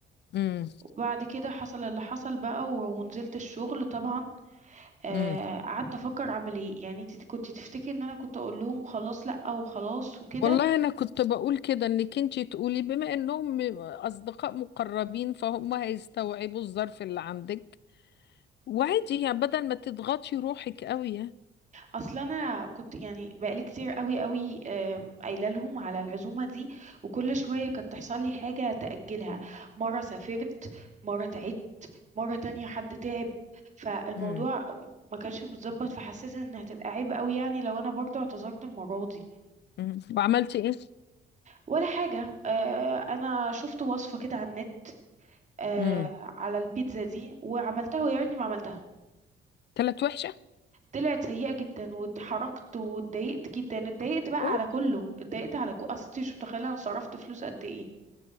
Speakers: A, on the left; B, on the right.
A: امم
B: وبعد كده حصل اللي حصل بقى و- ونزلت الشغل طبعا آه،
A: امم
B: قعدت افكر اعمل ايه يعني انت كنت تفتكري ان انا كنت اقول لهم خلاص لا وخلاص وكده
A: والله انا كنت بقول كده انك انتي تقولي بما انهم اصدقاء مقربين فهم هيستوعبوا الظرف اللي عندك وعادي يعني بدل ما تضغطي روحك قوي يعني
B: اصل انا كنت يعني بقالي كتير قوي قوي آم، قايله لهم على العزومه دي وكل شويه كانت تحصل لي حاجه تاجلها مره سافرت مره تعبت مره تانية حد تعب فالموضوع
A: امم
B: ما كانش متظبط فحسيت ان هتبقى عيب قوي يعني لو انا برضو اعتذرت المره دي
A: امم وعملتي
B: ولا حاجه آه، انا شفت وصفه كده على النت آه،
A: ايه
B: على البيتزا دي وعملتها ويا ريتني ما عملتها
A: طلعت وحشة
B: طلعت سيئة جدا واتحركت واتضايقت جدا اتضايقت بقى
A: اوه
B: على كله اتضايقت على كو... اصل انتي مش متخيلة انا صرفت فلوس قد ايه